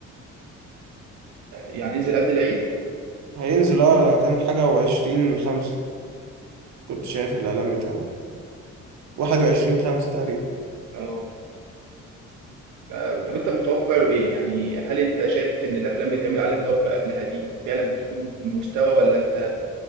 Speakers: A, on the right; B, on the right.
A: يعني هينزل قبل العيد
B: هينزل اه كان حاجة وعشرين خمسة كنت شايف الإعلان بتاعه واحد وعشرين خمسة تقريبا
A: اه آه، طب انت متوقع له ايه يعني هل انت شايف ان الافلام بيتعمل عليها ضجه قبلها دي فعلا بتكون مستوى ولا انت